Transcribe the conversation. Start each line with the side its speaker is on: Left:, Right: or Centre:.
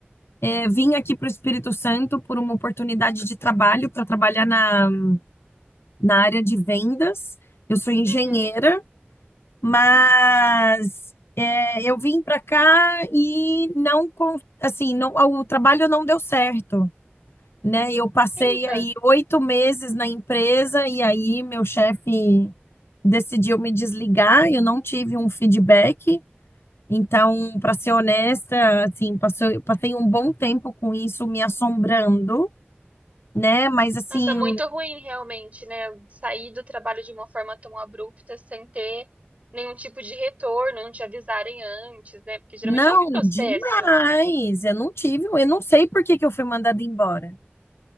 Left: É, vim aqui para o Espírito Santo por uma oportunidade de trabalho, para trabalhar na, na área de vendas. Eu sou engenheira,
Right: Uhum.
Left: mas é, eu vim para cá e não, con- assim, não, o trabalho não deu certo. né? Eu passei
Right: Eita.
Left: aí oito meses na empresa e aí meu chefe decidiu me desligar. Eu não tive um feedback. Então, para ser honesta, assim, passou- eu passei um bom tempo com isso me assombrando, né? Mas assim,
Right: Nossa, muito ruim realmente, né? Eu Sair do trabalho de uma forma tão abrupta, sem ter nenhum tipo de retorno, não te avisarem antes, né? Porque geralmente
Left: não,
Right: é um processo.
Left: demais. Eu não tive, eu não sei por que que eu fui mandada embora.